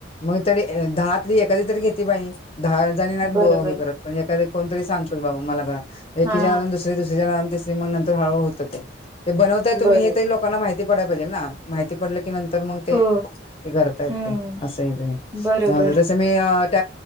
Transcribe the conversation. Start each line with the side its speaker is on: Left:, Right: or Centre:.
Left: मग दहातली एखादी तरी घेतली बाई, दहा जणी नाही
Right: बरोबर
Left: करत पण एखा कोणतरी सांगतोच बाबा मला करा एकी
Right: हा
Left: च्या नादान दुसरी, दुसरीच्या नादान तिसरी मग नंतर हळ होतं ते ते बनवताय तुम्ही
Right: बरोबर
Left: हे तरी लोकांना माहिती पडाला पाहिजे ना माहि पडले नंतर मग ते
Right: हो
Left: करता येत
Right: हम्म
Left: अस ये
Right: बरोबर
Left: ते जस मी ट